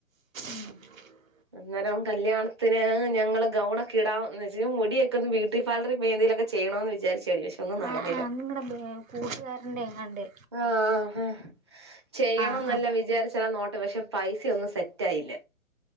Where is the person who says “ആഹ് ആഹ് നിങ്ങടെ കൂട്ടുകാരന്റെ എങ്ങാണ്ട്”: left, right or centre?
Right